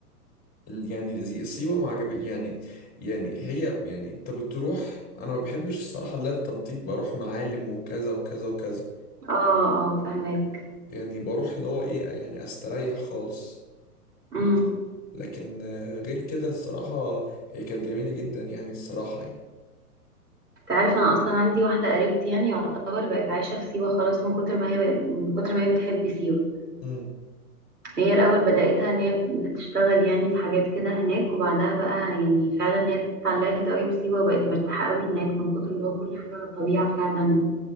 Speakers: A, on the left (about 20°); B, on the right (about 80°).
A: ال- يعني زي- سيوة ما عجبتني يعني يعني هي يعني أنت بتروح أنا ما بحبش الصراحة اللي هي التنطيط بروح معالم وكذا وكذا وكذا
B: اه اه فهمك
A: يعني بروح اللي هو ايه يعني استريح خالص
B: امم
A: بس لكن آه، غير كده الصراحة هي كانت جميلة جدا يعني الصراحة يعني
B: تعرف انا اصلا عندي واحده قريبتي يعني يعتبر بقت عايشه في سيوه خلاص من كتر ما هي بقت من كتر ما هي بتحب سيوه
A: امم
B: هي الاول بداتها ان هي بتشتغل يعني في حاجات كده هناك وبعدها بقى يعني فعلا هي اتعلقت قوي بسيوه وبقت مرتاحه قوي هناك من كتر اللي هو كل حاجه على الطبيعه فعلا